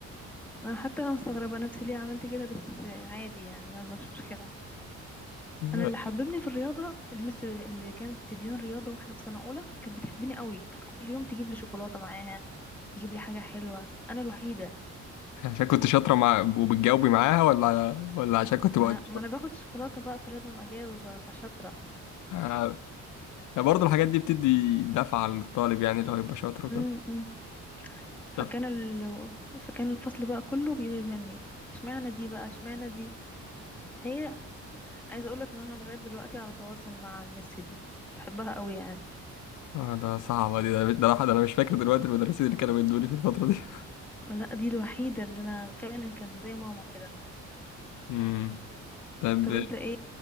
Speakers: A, in the centre; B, on the left (about 75°).
A: انا حتى انا مستغربه نفسي ليه عملت كده بس عادي يعني يلا مش مشكله
B: لا.
A: انا اللي حببني في الرياضه المس اللي كانت تديني الرياضه واحنا في سنه اولى كانت بتحبني قوي كانت كل يوم تجيب لي شوكولاته معاها تجيب لي حاجه حلوه انا الوحيده
B: عشان كنت شاطره مع وبتجاوبي معاها ولا ولا عشان كنت بقعد
A: ما انا ما انا باخد شوكولاته بقى فلازم اجاوب ابقى شاطره
B: آه، يعني برضه الحاجات دي بتدي دفعة للطالب يعني اللي هو يبقى شاطر وكده
A: امم
B: دفعة
A: فكان ال... فكان الفصل بقى كله بيغير مني اشمعنى دي بقى اشمعنى دي هي عايزه اقول لك ان انا لغايه دلوقتي على تواصل مع المس دي بحبها قوي يعني
B: آه، ده صعبة دي ده ده الواحد أنا مش فاكر دلوقتي المدرسين اللي كانوا بيدوني في الفترة دي <laughs>
A: لا دي الوحيده اللي انا فعلا كانت زي ماما كده
B: مم. طب
A: طب انت ايه